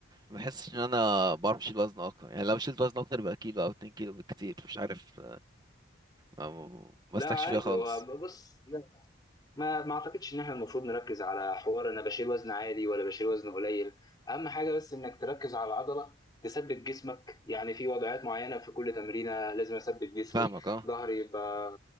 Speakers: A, on the right; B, on the left.
A: ما بحسش ان انا بعرف اشيل وزن اكتر يعني لو شلت وزن اكتر يبقى كيلو او اتنين كيلو بالكتير مش عارف ما مسلكش
B: لا عادي
A: فيها خالص
B: هو بص لا ما ما اعتقدش ان احنا المفروض نركز على حوار انا بشيل وزن عالي ولا بشيل وزن قليل اهم حاجه بس انك تركز على العضله تثبت جسمك يعني في وضعيات معينه في كل تمرينه لازم اثبت جسمي
A: فاهمك اه
B: ظهري يبقى